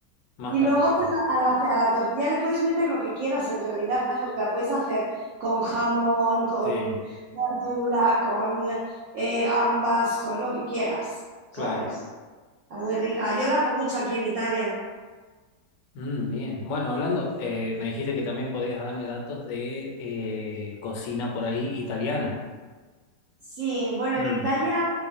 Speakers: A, on the left; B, on the right.
A: Más
B: Y
A: para
B: luego
A: vos que...
B: pues, a la, a la tortilla le puedes meter lo que quieras en realidad, porque la puedes hacer con jamón, con
A: Sí,
B: verdura, con eh, gambas, con lo que quieras, ¿sabes?
A: claro.
B: Está muy rica. Yo la hago mucho aquí en Italia.
A: Mm, bien. Bueno, hablando, eh, me dijiste que también podías darme datos de eh, cocina por ahí italiana.
B: Sí, bueno,
A: Mm,
B: en Italia,